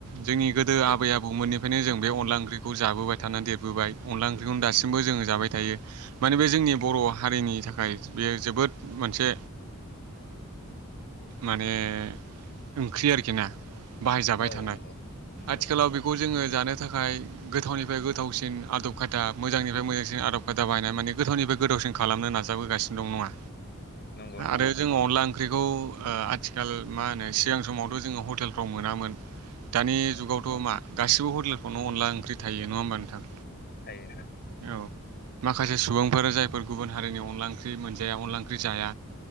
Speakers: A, on the right; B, on the left.
A: जोंनि गोदो
B: दे
A: आबै आबौमोननिफ्रायनो जों बे अनला ओंख्रिखौ जाबोबाय थानानै देरबोबाय अनला ओंख्रिखौनो दासिमबो जोङो जाबाय थायो माने बे जोंनि बर' हारिनि थाखाय बेयो जोबोद मोनसे माने ओंख्रि आरोखि ना बाहायजाबाय
B: औ
A: थानाय
B: नंगौ नंगौ
A: आथिखालाव बेखौ जोङो जानो थाखाय गोथावनिफ्राय गोथावसिन आदब खायदा मोजांनिफ्राय मोजांसिन आदब खायदा बाहायनाय माने गोथावनिफ्राय गोथावसिन खालामनो नाजाबोगासिनो दं नङा
B: नंगौ नोंथां
A: आरो जोंङो अनला ओंख्रि औ आथिखाल मा होनो सिगां समावथ' जोङो हटेलफ्राव मोनामोन दानि
B: औ
A: जुगावथ' मा गासिबो हटेलफ्रावनो अनला ओंख्रि थायो नङा होमबा नोंथां
B: थायो
A: औ माखासे सुबुंफोर जायफोर गुबुन हारिनि अनला ओंख्रि ओंख्रि मोनजाया अनला ओंख्रि जाया